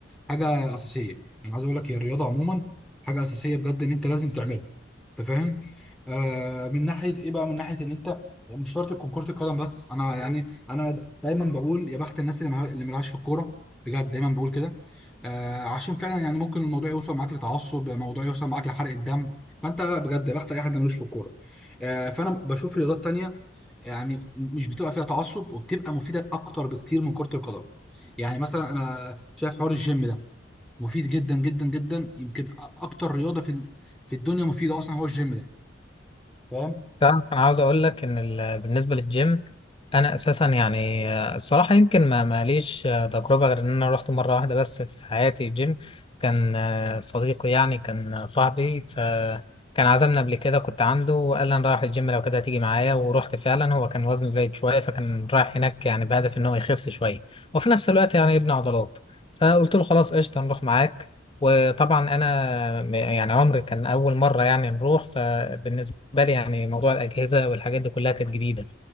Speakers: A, in the centre; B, on the left (about 30°).
A: حاجه اساسيه انا عايز اقول لك هي الرياضه عموما حاجه اساسيه بجد ان انت لازم تعملها انت فاهم آه من ناحيه ايه بقى من ناحيه ان انت مش شرط تكون كره القدم بس انا يعني انا دايما بقول يا بخت الناس اللي مع- اللي ملهاش في الكوره بجد دايما بقول كده آه عشان فعلا يعني ممكن الموضوع يوصل معاك لتعصب الموضوع يوصل معاك لحرق الدم فانت لا بجد يا بخت اي حد ملوش في الكوره آه فانا بشوف رياضات تانيه يعني مش بتبقى فيها تعصب وبتبقى مفيده اكتر بكتير من كره القدم يعني مثلا انا شايف حوار الجيم ده مفيد جدا جدا جدا يمكن أ- اكتر رياضه في ال- في الدنيا مفيده اصلا هو الجيم ده فاهم
B: تعرف انا عاوز اقول لك ان ال- بالنسبه للجيم انا اساسا يعني آه، الصراحه يمكن ما ماليش آه، تجربه غير ان انا رحت مره واحده بس في حياتي جيم كان آه، صديقي يعني كان آه، صاحبي فكان عزمنا قبل كده كنت عنده وقال لي انا رايح الجيم لو كده تيجي معايا ورحت فعلا هو كان وزنه زايد شويه فكان رايح هناك يعني بهدف ان هو يخس شويه وفي نفس الوقت يعني يبني عضلات فقلت له خلاص قشطه نروح معاك وطبعا انا م- يعني عمري كان اول مره يعني نروح فبالنسبه بالي يعني موضوع الأجهزة والحاجات دي كلها كانت جديدة